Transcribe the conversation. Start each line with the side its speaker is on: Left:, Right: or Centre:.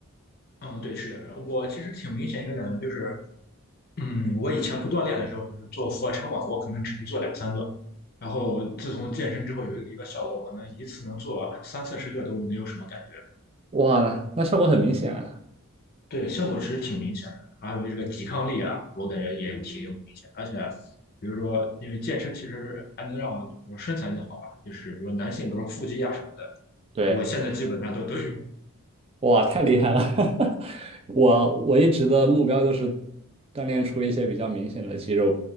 Left: 嗯，对，是我其实挺明显一个感觉就是。嗯，我以前不锻炼的时候，就是做俯卧撑嘛，我可能只能做两三个。然后自从健身之后，有一个效果，我可能一次能做三四十个都没有什么感觉。
Right: 哇，那那效果很明显啊。
Left: 对，效果其实挺明显的。还有这个抵抗力啊，我感觉也挺明显而且，比如说，因为健身其实还能让我身材更好吧，就是比如男性，比如说腹肌呀、什么的，
Right: 对。
Left: 我现在基本上都都有。
Right: 哇，太厉害了！<laughs> 我我一直的目标就是锻炼出一些比较明显的肌肉，